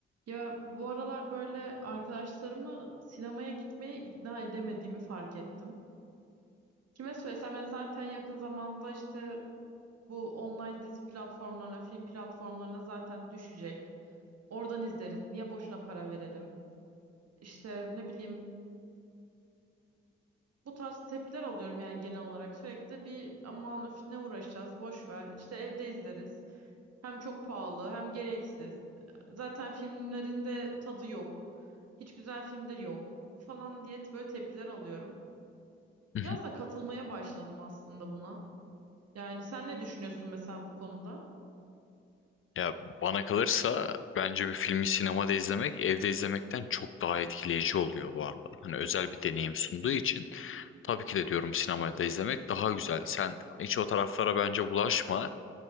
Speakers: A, on the right; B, on the left.
A: Ya bu aralar böyle arkadaşlarımı sinemaya gitmeye ikna edemediğimi fark ettim. Kime söylesem ben zaten yakın zamanda işte bu online dizi platformlarına, film platformlarına zaten düşecek. Oradan izleriz. Niye boşuna para verelim? İşte ne bileyim bu tarz tepkiler alıyorum yani genel olarak sürekli bir aman öf ne uğraşacağız boş ver işte evde izleriz. Hem çok pahalı hem gereksiz. Zaten filmlerin de tadı yok. Hiç güzel filmdir yok falan diye böyle tepkiler alıyorum.
B: Hı
A: Biraz
B: hı.
A: da katılmaya başladım aslında buna. Yani sen ne düşünüyorsun mesela bu konuda?
B: Ya bana kalırsa bence bir filmi sinemada izlemek evde izlemekten çok daha etkileyici oluyor bu arada. Hani özel bir deneyim sunduğu için tabii ki de diyorum sinemada izlemek daha güzel. Sen hiç o taraflara bence bulaşma.